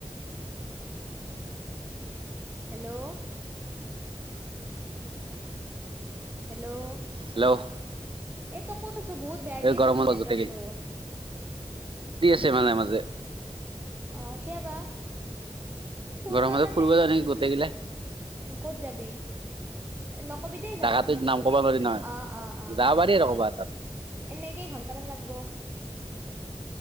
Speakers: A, on the right; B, on the right.
A: হেল্ল' হেল্ল'
B: হেল্ল'
A: এইটো ক'ত বহুত বে
B: এই
A: দিয়েছে
B: গৰমত
A: তো নেটৱৰ্কটো
B: গোটেই ছে মাজে মাজে
A: অ কিউবা ফুৰবা
B: গৰমতে
A: মানে
B: ফুৰিব যায় নেকি গোটেই
A: ক'ত
B: গিলাই
A: যাবি নকবি দেই
B: জাগাটোৰ
A: জাগা নাই নকবি
B: নাম ক'ব নোৱাৰি নহয়
A: অ অ অ
B: যাব
A: অ গম
B: পাৰি
A: পাইছো
B: আৰু ক'বা
A: দে
B: এটাত
A: এনেই কেই ঘন্টামান লাগব